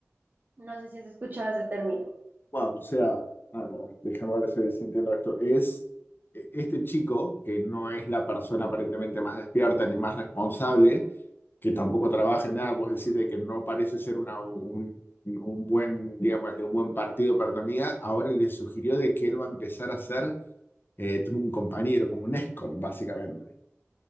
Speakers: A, on the right; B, on the left.
A: No sé si has escuchado ese término.
B: Wow, o sea, a ver, a ver, déjame ver si si entiendo esto. Es eh, este chico, que no es la persona aparentemente más despierta ni más responsable, que tampoco trabaja en nada, vos decís de que no parece ser una, un, un buen, digamos, de un buen partido para tu amiga, ahora le sugirió de que él va a empezar a ser eh, un compañero, como un escort, básicamente.